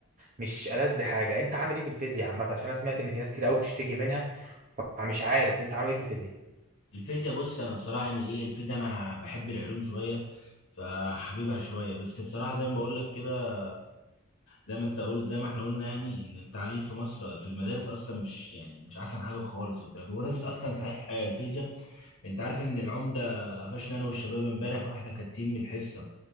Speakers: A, on the right; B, on the left.
A: مش ألذ حاجة انت عامل ايه في الفيزياء عامة عشان انا سمعت ان في ناس كتير قوي بتشتكي منها فمش عارف انت عامل ايه في الفيزياء
B: الفيزياء بص انا بصراحة يعني ايه الفيزياء انا بحب العلوم شوية فحبيبها شوية بس بصراحة زي ما بقول لك كده زي ما انت قلت زي ما احنا قلنا يعني ان التعليم في مصر في المدارس اصلا مش يعني مش احسن حاجه خالص وبتاع بمناسبه اصلا صحيح آه، الفيزياء انت عارف ان العمده قفشنا انا والشباب امبارح واحنا كاتين من الحصه